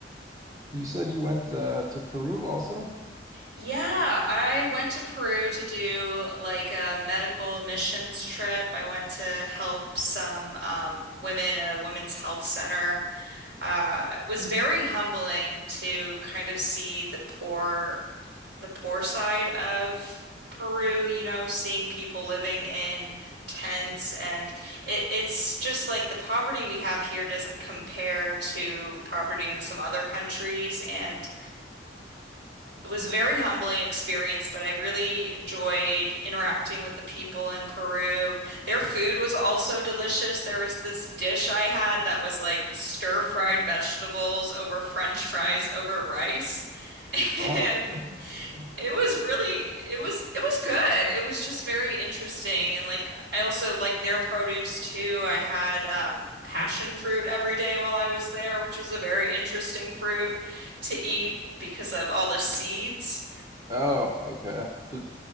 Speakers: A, on the right; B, on the right.
A: And you said you went uh, to Peru also?
B: Yeah, I went to Peru to do like a medical missions trip. I went to help some um, women at a women's health center. uh, was very humbling to kind of see the poor, the poor side of Peru, you know, seeing people living in tents and it, it's just like the poverty we have here doesn't compare to poverty in some other countries and it was a very humbling experience, but I really enjoyed interacting with the people in Peru. Their food was also delicious. There was this dish I had that was like stir-fried vegetables over French fries over rice. <laughs>
A: Wow.
B: And
A: Uh,
B: it was really it was it was good. It was just very interesting. And like I also liked their produce too. I had um passion fruit every day while I was there, which was a very interesting fruit to eat because of all the seeds.
A: Oh, okay. So